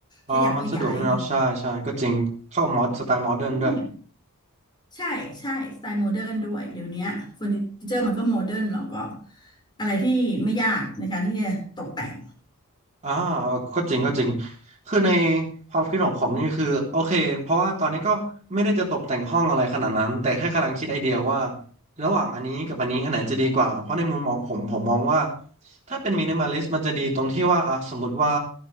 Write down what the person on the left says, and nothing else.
ขยับขยายหรืออืมใช่ใช่สไตล์โมเดิร์นด้วยเดี๋ยวเนี้ยเฟอร์นิเจอร์มันก็โมเดิร์นเราก็อะไรที่ไม่ยากในการที่จะตกแต่ง